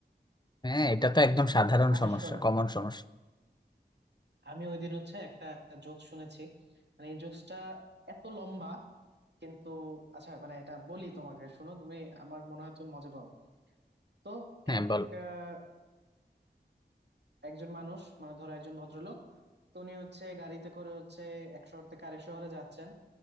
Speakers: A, on the left; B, on the right.
A: হ্যাঁ এটা তো একদম সাধারণ
B: আচ্ছা
A: সমস্যা
B: শোনো
A: কমন সমস্যা
B: আমি ওই দিন হচ্ছে একটা জোক শুনেছি মানে এই জোকসটা এত লম্বা কিন্তু আচ্ছা মানে এটা বলি তোমাকে শুনো তুমি আমার মনে হয় তুমি মজা পাবা তো
A: হ্যাঁ
B: এক
A: বল
B: আহ, একজন মানুষ মানে ধরো একজন ভদ্রলোক তো উনি হচ্ছে গাড়িতে করে হচ্ছে এক শহর থেকে আরেক শহরে যাচ্ছেন